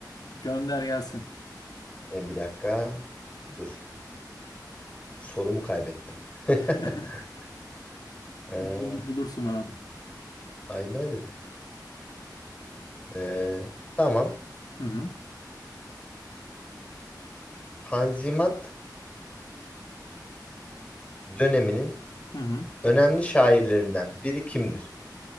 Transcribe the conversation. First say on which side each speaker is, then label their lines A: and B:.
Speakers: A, on the left; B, on the left.
A: Gönder gelsin.
B: Ee, bir dakika. Dur. Sorumu kaybettim. <laughs>
A: <laughs>
B: Ee,
A: Bul- Bulursun abi.
B: ay ne dedi? Ee, tamam.
A: Hı hı.
B: Tanzimat döneminin
A: Hı hı.
B: önemli şairlerinden biri kimdir?